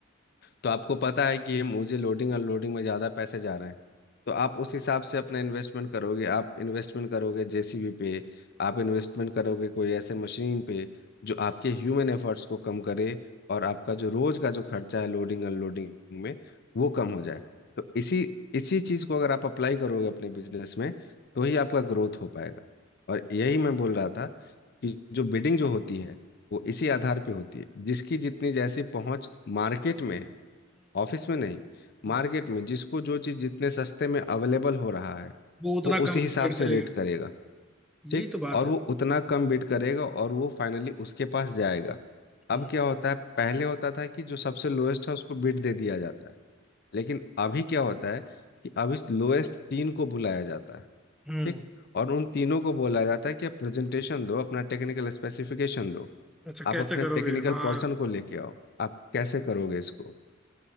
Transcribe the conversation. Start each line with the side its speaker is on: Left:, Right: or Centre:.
Left: तो आपको पता है कि ये मुझे लोडिंग अनलोडिंग में ज़्यादा पैसे जा रहे हैं तो आप उस हिसाब से अपना इन्वेस्टमेंट करोगे आप इन्वेस्टमेंट करोगे जेसीबी पे आप इन्वेस्टमेंट करोगे कोई ऐसे मशीन पे जो आपके ह्यूमन एफर्ट्स को कम करे और आपका जो रोज का जो खर्चा है लोडिंग अनलोडिंग में वो कम हो जाए तो इसी इसी चीज़ को अगर आप अप्लाई करोगे अपने बिजनेस में तो ही आपका ग्रोथ हो पाएगा और यही मैं बोल रहा था कि जो बिडिंग जो होती है वो इसी आधार पे होती है जिसकी जितनी जैसी पहुंच मार्केट में है ऑफिस में नहीं
Centre: हम्म,
Left: मार्केट में जिसको जो चीज़ जितने सस्ते में अवेलेबल हो रहा है
Centre: वो उतना
Left: वो उसी
Centre: कम
Left: हिसाब
Centre: वेट
Left: से
Centre: करेगा
Left: रेट करेगा
Centre: यही
Left: ठीक
Centre: तो बात
Left: और
Centre: है
Left: वो उतना कम बिड करेगा और वो फाइनली उसके पास जाएगा अब
Centre: हम्म
Left: क्या होता है पहले होता था कि जो सबसे लोएस्ट है उसको बिड दे दिया जाता है लेकिन अभी क्या होता है कि अभी लोएस्ट तीन को बुलाया जाता है
Centre: हम्म,
Left: ठीक और उन तीनों को बोला जाता है कि आप प्रेजेंटेशन दो अपना टेक्निकल स्पेसिफिकेशन दो
Centre: अच्छा
Left: आप
Centre: कैसे
Left: अपने
Centre: करोगे
Left: टेक्निकल
Centre: हाँ
Left: पर्सन को लेके आओ आप कैसे करोगे इसको